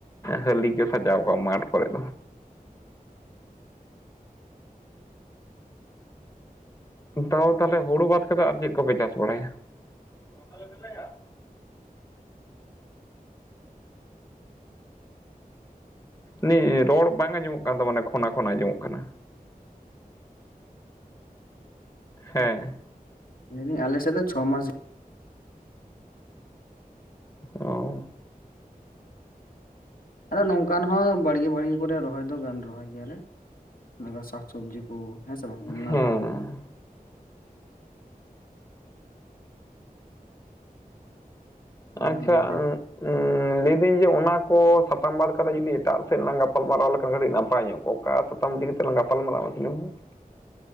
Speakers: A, on the left; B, on the left.
A: ᱦᱟᱹᱞᱤ ᱠᱚ ᱥᱟᱡᱟᱣ ᱠᱚᱜᱼᱟ ᱢᱟᱴ ᱠᱚᱨᱮ ᱫᱚ ᱛᱟᱣ ᱛᱟᱦᱚᱞᱮ ᱦᱩᱲᱩ ᱵᱟᱫ ᱠᱟᱛᱮᱫ ᱟᱨ ᱪᱮᱫ ᱠᱚᱯᱮ ᱪᱟᱥ ᱵᱟᱲᱟᱭᱟ ᱟᱞᱮ ᱫᱮᱞᱟᱭᱟ ᱱᱤ ᱨᱚᱲ ᱵᱟᱝ ᱟᱸᱡᱚᱢᱚᱜ ᱠᱟᱱ ᱛᱟᱵᱮᱱᱟ ᱠᱷᱚᱱᱟ ᱠᱷᱚᱱᱟ ᱟᱸᱡᱚᱢᱚᱜ ᱠᱟᱱᱟ ᱦᱮᱸ
B: ᱢᱮᱱᱫᱟᱹᱧ ᱟᱞᱮ ᱥᱮᱫ ᱫᱚ ᱪᱷᱚ ᱢᱟᱥ
A: ᱚ
B: ᱟᱫᱚ ᱱᱚᱝᱠᱟᱱ ᱦᱚᱸ ᱵᱟᱲᱜᱮ ᱵᱟᱲᱜᱮ ᱠᱚᱨᱮ ᱨᱚᱦᱚᱭ ᱫᱚ ᱜᱟᱱ ᱨᱚᱦᱚᱭ ᱜᱮᱭᱟᱞᱮ ᱱᱚᱠᱟ ᱥᱟᱠ ᱥᱚᱵᱽᱡᱤ ᱠᱚ ᱦᱮᱸ ᱥᱮ ᱵᱟᱝ ᱱᱟᱱᱟ
A: ᱦᱮᱸ
B: ᱨᱚᱠᱚᱢ ᱟᱨ
A: ᱟᱪᱪᱷᱟ
B: ᱞᱟᱹᱭ <unintelligible>
A: ᱩᱸ ᱞᱟᱹᱭᱫᱟᱹᱧ ᱡᱮ ᱚᱱᱟ ᱠᱚ ᱥᱟᱛᱟᱢ ᱵᱟᱫ ᱠᱟᱛᱮ ᱡᱩᱫᱤ ᱮᱴᱟᱜ ᱥᱮᱫ ᱞᱟᱝ ᱜᱟᱯᱟᱞᱢᱟᱨᱟᱣ ᱞᱮᱠᱷᱟᱱ ᱠᱟᱹᱴᱤᱡ ᱱᱟᱯᱟᱭ ᱧᱚᱜ ᱠᱚᱜ ᱠᱟ ᱥᱟᱛᱟᱢ ᱤᱫᱤ ᱠᱟᱛᱮ ᱞᱟᱝ ᱜᱟᱯᱟᱞᱢᱟᱨᱟᱜ-ᱟ ᱢᱟᱥᱮ ᱞᱟᱹᱭ ᱵᱤᱱ